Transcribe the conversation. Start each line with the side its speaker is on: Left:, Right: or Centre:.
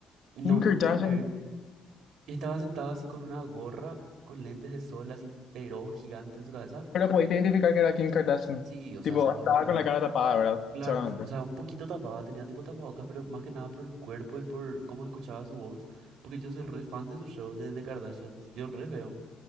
Right: No,
Left: Kim
Right: no
Left: Kardashian.
Right: podía creer. Y estaba sentada así con una gorra, con lentes de sol, así feroz, gigante en su cabeza.
Left: Pero pudiste identificar que era Kim Kardashian.
Right: Sí, o sea,
Left: Tipo,
Right: se podía
Left: estaba
Right: dar cuenta.
Left: con la cara tapada, ¿verdad?
Right: Claro,
Left: Seguramente.
Right: o sea, un poquito tapada, tenía tipo tapabocas, pero más que nada por el cuerpo y por cómo escuchaba su voz, porque yo soy re fan de su show de The Kardashians, yo re veo.